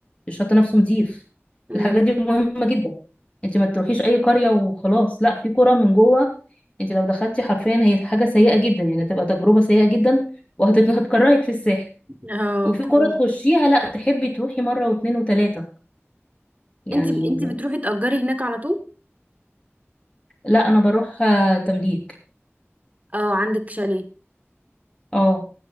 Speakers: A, on the left; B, on the right.
A: الشط نفسه نضيف
B: مم.
A: الحاجات دي مهمه جدا انت ما تروحيش اي قريه وخلاص لا في قرى من جوه انت لو دخلتي حرفيا هي حاجه سيئه جدا يعني هتبقى تجربه سيئه جدا وهتكرهك في الساحل
B: اه
A: وفي
B: اوكي
A: كرة تخشيها لا تحبي تروحي مره واتنين وتلاته يعني
B: انتي ب... انتي بتروحي تأجري هناك على طول
A: لا انا بروح آه، تمليك
B: اه عندك شاليه
A: اه